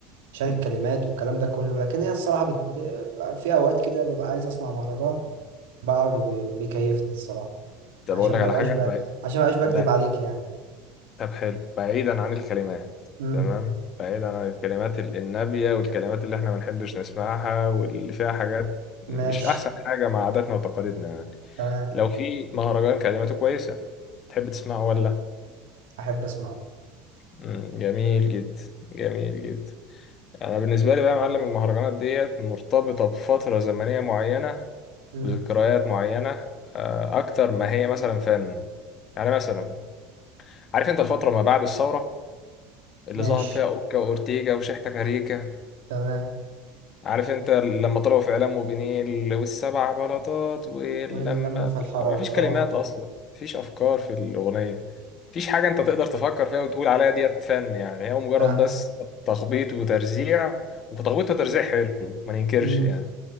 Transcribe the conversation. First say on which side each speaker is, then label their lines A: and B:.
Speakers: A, on the right; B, on the left.
A: عشان الكلمات والكلام ده كله لكن هي الصراحه بت... ب- في اوقات كده ببقى عايز اسمع مهرجان بقعد وبي- بيكيفني الصراحه
B: طب
A: عشان
B: اقول لك
A: ما
B: على
A: بقاش
B: حاجه
A: ب...
B: بع-
A: عشان ما بقاش بكذب
B: بع-
A: عليك يعني
B: طب حلو بعيدا عن الكلمات
A: امم
B: تمام بعيدا عن الكلمات ال- النابيه والكلمات اللي احنا ما بنحبش نسمعها واللي فيها حاجات مش
A: ماشي
B: احسن حاجه مع عاداتنا وتقاليدنا يعني
A: تمام
B: لو في مهرجان كلماته كويسه تحب تسمعه ولا
A: احب اسمعه
B: مم، جميل جدا جميل جدا انا بالنسبه لي بقى يا معلم المهرجانات ديت مرتبطه بفتره زمنيه معينه
A: امم
B: وذكريات معينه آه، اكتر ما هي مثلا فن يعني مثلا عارف انت الفتره ما بعد الثوره اللي
A: ماشي
B: ظهر فيها اوكا واورتيجا وشحتة كاريكا
A: تمام
B: عارف انت لما طلعوا في اعلام وبنيل والسبع بلاطات ولما
A: واللمه في الحارات
B: مفيش
A: اه
B: كلمات اصلا مفيش افكار في الاغنيه مفيش حاجه انت تقدر تفكر فيها وتقول عليها ديت فن يعني هي مجرد
A: فاهم
B: بس تخبيط وترزيع وتخبيط وترزيع حلو ما ننكرش
A: مم.
B: يعني